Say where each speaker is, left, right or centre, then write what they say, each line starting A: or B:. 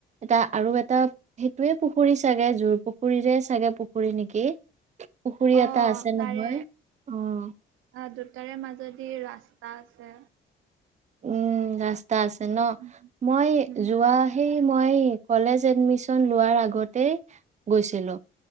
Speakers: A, on the right (about 35°); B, on the right (about 85°).
A: এটা আৰু এটা সেইটোয়ে পুখুৰী চাগে জোৰ পুখুৰীৰে চাগে পুখুৰী নেকি পুখুৰী
B: অ',
A: এটা আছে
B: তাৰে
A: নহয়
B: অ দুটাৰে মাজত ৰাস্তা আছে
A: উম আ আছে ন
B: উম, উম,
A: মই
B: উম,
A: যোৱা মই কলেজ এডমিশন লোৱাৰ আগতে গৈছিলো